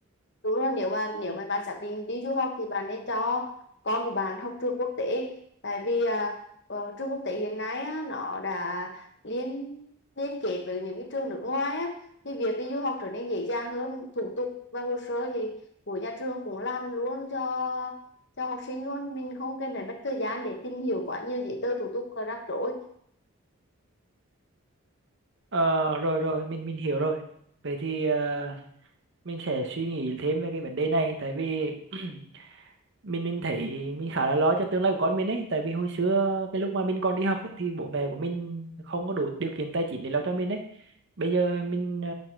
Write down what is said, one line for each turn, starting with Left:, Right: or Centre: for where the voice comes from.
Left: Đúng rồi, nếu mà nếu mà bạn xác định đi du học thì bạn nên cho con của bạn học trường quốc tế. Tại vì à, ờ, trường quốc tế hiện nay á, nó đã liên liên kết với những cái trường nước ngoài á, thì việc đi du học trở nên dễ dàng hơn, thủ tục và hồ sơ thì của nhà trường cũng làm luôn cho cho học sinh luôn, mình không cần phải mất thời gian để tìm hiểu quá nhiều giấy tờ thủ tục và rắc rối.
Right: Ờ, rồi rồi mình mình hiểu rồi vậy thì ờ, mình sẽ suy nghĩ thêm về cái vấn đề này tại vì <clears throat> mình mình thấy mình khá là lo cho tương lai của con mình ấy tại vì hồi xưa cái lúc mà mình còn đi học ấy, thì bố mẹ của mình không có đủ điều kiện tài chính để lo cho mình ấy bây giờ mình ờ,